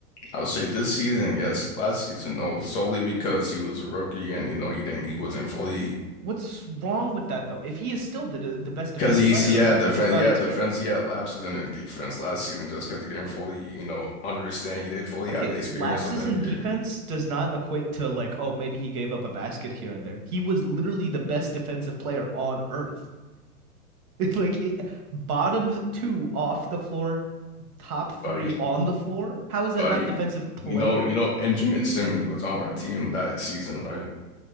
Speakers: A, on the left; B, on the right.
A: I would say this season, yes, last season, no, solely because he was a rookie and you know he didn't, he wasn't fully
B: What's wrong with that though? If he is still the the best
A: because
B: defensive
A: he
B: player,
A: he had
B: what
A: defense,
B: cares about
A: yeah,
B: experience?
A: defense, he had lapses in his defense last season just because he didn't fully, you know, understand, he didn't fully
B: Okay,
A: have the experience
B: lapses
A: of the NBA,
B: in defense does not equate to like, oh, maybe he gave up a basket here and there. He was literally the best defensive player on earth. <laughs> It's Like it, bottom two off the floor, top three
A: buddy,
B: on the floor. How is that
A: buddy.
B: not defensive player?
A: You know, you know, Benjamin Simmons was on our team that season, right?